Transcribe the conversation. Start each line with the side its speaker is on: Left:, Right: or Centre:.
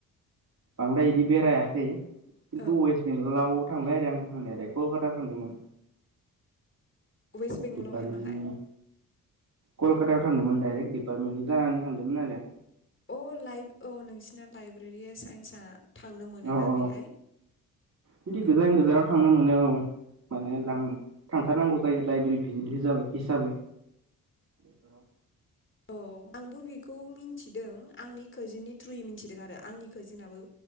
Right: बांद्राय इदि बेरायाखै। खिथु
Left: औ
Right: वेस्ट बेंगलाव थांबाय आरो आंबो थांनायालाय कलकाता थांदोंमोन।
Left: वेस्ट बेंगलाव
Right: डिपार्टमेन्टनि
Left: हाय माहाय
Right: कलकातायाव थांदोंमोन डाइरेक्ट डिपार्टमेन्टनि जानानै थांदोंमोन आरो।
Left: अ लाइ औ नोंसिना लाइब्रेरिया साइन्सआ थांनो मोनोना
Right: औ औ
Left: बेहाय
Right: बिदि गोजान
Left: औ
Right: गोजानाव थांनो मोनो औ। माने <unintelligible> थांथारनांगौ जायो लाइब्रेरि भिजिट हिसाबै बेफोराव।
Left: औ आंबो बेखौ मि थिदों आंनि खाजोननि थ्रुयै मिथिदों आरो आंनि खाजिनाबो।